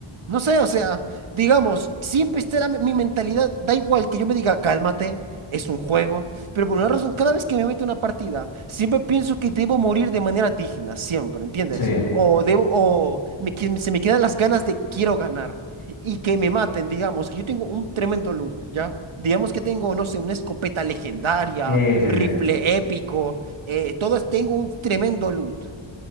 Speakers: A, on the right; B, on the left.
A: No sé, o sea, digamos, siempre estará mi mi mentalidad, da igual que yo me diga, cálmate, es un juego, pero por una razón, cada vez que me meto en una partida, siempre pienso que debo morir de manera digna, siempre, ¿entiendes?
B: Sí.
A: O debo, o me que- se me quedan las ganas de quiero ganar y que me maten, digamos, que yo tengo un tremendo loot, ¿ya? Digamos que tengo, no sé, una escopeta legendaria,
B: Sí, sí,
A: rifle
B: sí.
A: épico, eh, todo, es- tengo un tremendo loot.